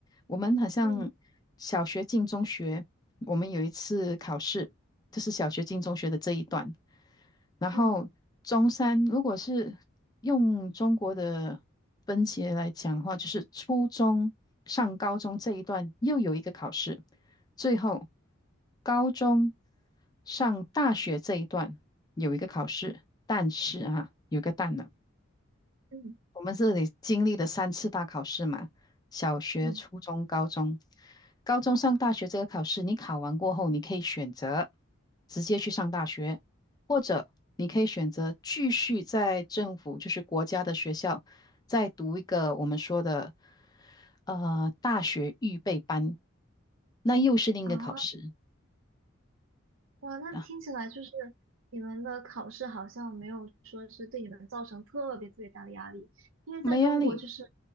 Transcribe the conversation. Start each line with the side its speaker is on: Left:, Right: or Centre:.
Left: 我们好像小学进中学，
Right: 嗯
Left: 我们有一次考试，就是小学进中学的这一段，然后中山如果是用中国的分节来讲的话，
Right: 嗯
Left: 就是初中上高中这一段又有一个考试，最后高中上大学这一段有一个考试，但是啊，有个个但
Right: 嗯
Left: 我们这里经历了三次大考试嘛，小学、
Right: 嗯，
Left: 初中、高中。高中上大学这个考试，你考完过后，你可以选择直接去上大学，或者你可以选择继续在政府，就是国家的学校，再读一个我们说的呃大学预备班，那又是另一个考试
Right: 啊。哇，那听起来就是
Left: 啊，
Right: 你们的考试好像没有说是对你们造成特别特别大的压力，因为在中国就是，
Left: 没压力，